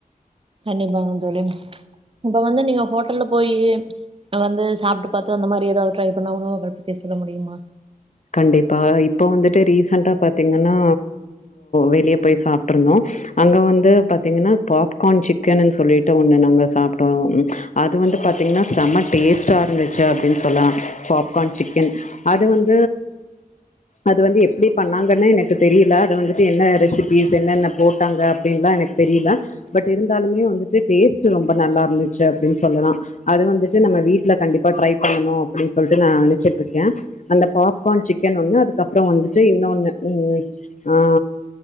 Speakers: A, on the right; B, on the left.
A: நீங்க வந்து இப்ப வந்து நீங்க ஹோட்டல்ல போய் வந்து சாப்ட்டு பாத்து அந்த மாரி ஏதாவது ட்ரை பண்ண உணவு பத்தி சொல்ல முடியுமா
B: கண்டிப்பா இப்ப வந்துட்டு ரீசன்டா பாத்தீங்கன்னா வெளிய போய் சாப்பிட்டுருந்தோ அங்க வந்து பாத்தீங்கன்னா பாப்கார்ன் சிக்கன்னு சொல்லிட்டு ஒண்ணு நாங்க சாப்டோ அது வந்து பாத்தீங்கன்னா செம டேஸ்டா இருந்துச்சு அப்டினு சொல்லலா பாப்கார்ன் சிக்கன் அது வந்து அது வந்து எப்டி பண்ணாங்கன்னு எனக்கு தெரியல அது வந்துட்டு என்ன ரெசிபிஸ் என்னென போட்டாங்க அப்படின்னுலா எனக்கு தெரியல பட் இருந்தாலுமே வந்துட்டு டேஸ்ட் ரொம்ப நல்லா இருந்துச்சு அப்டின்னு சொல்லலா அது வந்துட்டு நம்ம வீட்டுல கண்டிப்பா ட்ரை பண்ணணு அப்டின்னு சொல்லிட்டு நா நெனைச்சிட்டுருக்கே அந்த பாப்கார்ன் சிக்கன் ஒன்னு அதுக்கப்றோ வந்துட்டு இன்னொன்னு ம் ஆ